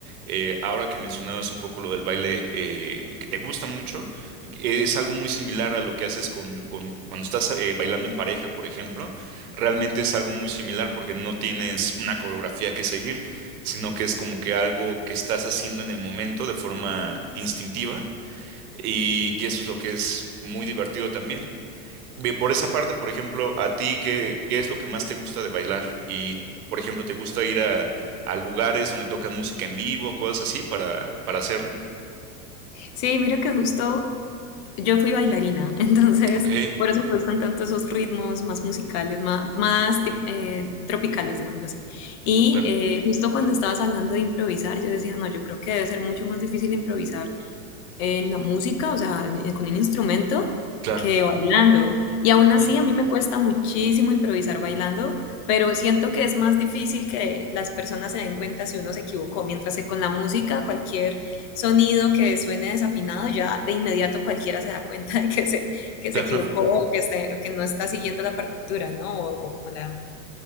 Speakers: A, on the right (about 80°); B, on the left (about 45°).
A: Eh, ahora que mencionabas un poco lo del baile eh, que te gusta mucho, eh, es algo muy similar a lo que haces con, con cuando estás eh, bailando en pareja, por ejemplo. Realmente es algo muy similar porque no tienes una coreografía que seguir, sino que es como que algo que estás haciendo en el momento de forma instintiva y y eso es lo que es muy divertido también. Bien, por esa parte, por ejemplo, a ti, ¿qué, qué es lo que más te gusta de bailar? Y, por ejemplo, ¿te gusta ir a, a lugares donde tocan música en vivo, cosas así, para, para hacerlo?
B: Sí, mira que justo yo fui bailarina, <laughs> entonces
A: Ok,
B: por eso me gustan tanto esos ritmos más musicales, ma- más, tip- eh, tropicales, digámoslo así. Y
A: claro,
B: eh, justo cuando estabas hablando de improvisar, yo decía, no, yo creo que debe ser mucho más difícil improvisar en la música, o sea, en- con un instrumento,
A: claro,
B: que bailando. Y aún así,
A: ujú,
B: a mí me cuesta muchísimo improvisar bailando, pero siento que es más difícil que las personas se den cuenta si uno se equivocó, mientras que con la música, cualquier sonido que suene desafinado, ya de inmediato cualquiera se da cuenta de que se, que
A: claro.
B: se equivocó o que, está- o que no está siguiendo la partitura, ¿no? O, o como la,